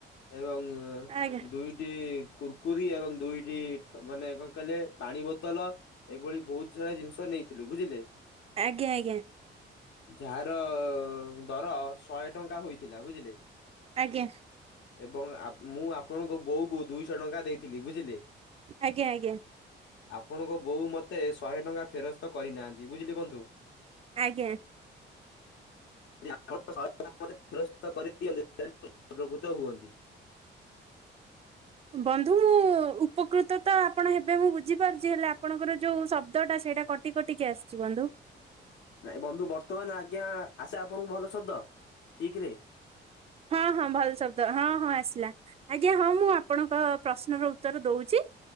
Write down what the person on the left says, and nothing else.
ଏବଂ
ଦୁଇଟି କୁର୍ କୁରି ଏବଂ ଦୁଇଟି ମାନେ କଣ କହିଲେ ପାଣି ବୋତଲ ଏଭଳି ବହୁତ ସାରା ଜିନିଷ ନେଇଥିଲୁ ବୁଝିଲେ।
ଯାହାର ଦର ଶହେ ଟଙ୍କା ହୋଇଥିଲା ବୁଝିଲେ।
ଏବଂ ମୁଁ ଆପଣଙ୍କ ବୋଉ କୁ ଦୁଇଶହ ଟଙ୍କା ଦେଇଥିଲି ବୁଝିଲେ।
ଆପଣଙ୍କ ବୋଉ ମୋତେ ଶହେ ଟଙ୍କା ଫେରସ୍ତ କରିନାହାନ୍ତି ବୁଝିଲି ବନ୍ଧୁ।
ଯ <inaudible> କାମରେ ଫେରସ୍ତ କରିକି ହେଲେ <unintelligible> ଉପକୃତ ହୁଅନ୍ତି।
ନାଇଁ ବନ୍ଧୁ ବର୍ତ୍ତମାନ ଆଜ୍ଞା ଆସେ ଆପଣଙ୍କୁ ଭଲ ଶବ୍ଦ ଠିକ୍ ରେ।